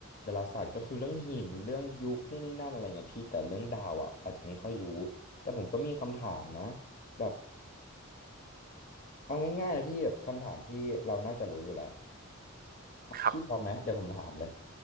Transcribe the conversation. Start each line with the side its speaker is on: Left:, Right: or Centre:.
Left: ดาราศาสตร์ก็คือเรื่องหินเรื่องยุคนู่นนี่นั่นอะไรเงี้ยพี่แต่เรื่องดาวอ่ะอาจจะไม่ค่อยรู้แต่ผมก็มีคำถามนะแบบเอาง่ายๆนะพี่คำถามที่เราน่าจะรู้อยู่แล้ว
Right: ครับ
Left: พี่พร้อมไหมเดี๋ยวผมถามเลย